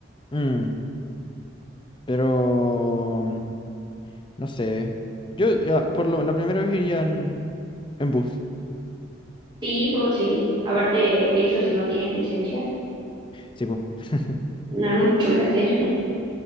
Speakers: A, on the left (about 25°); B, on the right (about 25°).
A: mm, pero mm, no sé. Yo ya, por lo, la primera vez iría en, en bus.
B: Sí, pues sí, aparte es que eso si no tienes licencia,
A: Sí, pues. <laughs>
B: no hay mucho que hacer. <laughs>